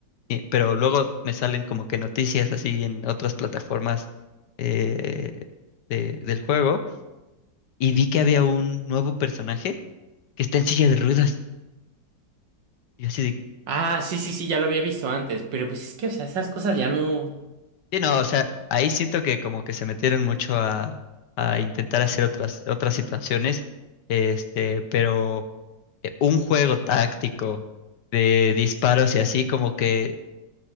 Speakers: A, on the left; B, on the right.
A: eh, pero luego me salen como que noticias así en otras plataformas eh, de- del juego y vi que había un nuevo personaje que está en silla de ruedas. Y yo así de,
B: Ah, sí, sí, sí, ya lo había visto antes, pero pues es que, o sea, esas cosas ya no.
A: sí, no, o sea, ahí siento que como que se metieron mucho a, a intentar hacer otras, otras situaciones, este, pero eh, un juego táctico de disparos y así como que